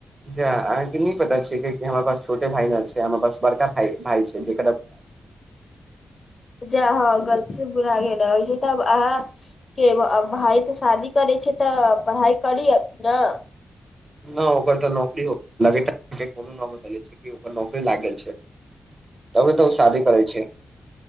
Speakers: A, on the right; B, on the left.
A: अहाँ के नहि पता छिय क हमरा पास छोटे भाई न छै हमरा पास बड़का भाई छै जे
B: जा हँ गलती से बोला गेल त अहाँ के भाय तऽ शादी करै छै तऽ पढ़ाइ करी अथी न
A: नहि ओकर तऽ नौकरी हो <unintelligible> छै ओकर नौकरी लाग गेल छै तब तऽ ओ शादी करै छै